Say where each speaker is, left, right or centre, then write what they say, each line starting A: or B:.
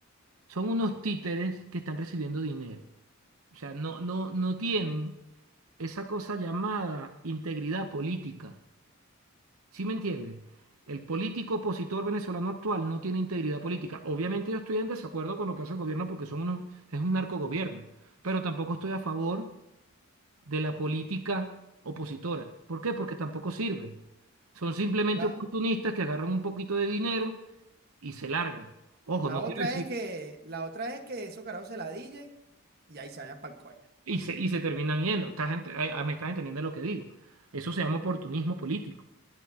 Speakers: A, on the right (about 75°); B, on the right (about 45°).
A: son unos títeres que están recibiendo dinero? O sea, no, no, no tienen esa cosa llamada integridad política. ¿Sí me entiende? El político opositor venezolano actual no tiene integridad política. Obviamente yo estoy en desacuerdo con lo que hace el gobierno porque son unos- es un narcogobierno, pero tampoco estoy a favor de la política opositora. ¿Por qué? Porque tampoco sirve. Son simplemente
B: La,
A: oportunistas que agarran un poquito de dinero y se largan. Ojo,
B: la
A: no
B: otra
A: quiero decir,
B: es que, la otra es que esos carajos se la dillen y ahí se vayan pa'l coño.
A: y se, y se terminan yendo. Esta gente, eh, me estás entendiendo lo que digo. Eso se llama oportunismo político.